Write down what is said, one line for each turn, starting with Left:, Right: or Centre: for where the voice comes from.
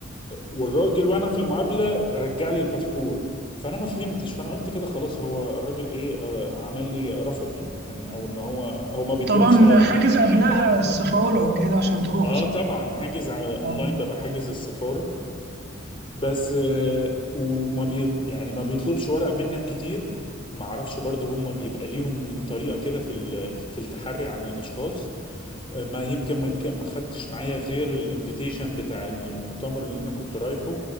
Left: والراجل وانا في المقابله رجع لي الباسبور فانا ما فهمتش فانا قلت كده خلاص هو الراجل ايه آه، عمل لي رفض يعني يعني- او ان هو هو ما بيديلكش
Right: طبعا
Left: رد
Right: حاجز قبلها السفارة وكده عشان تروح
Left: اه
Right: صح؟
Left: طبعا حاجز ع- اونلاين
Right: اه
Left: ببقى حاجز السفاره بس آه، وما بي يعني ما بيطلبش ورق منك كتير ما اعرفش برضه هم بيبقى ليهم طريقه كده في ال... في التحري عن الاشخاص ما يمكن ما ك- ما خدتش معايا غير الانفيتيشن بتاع المؤتمر اللي انا كنت رايحه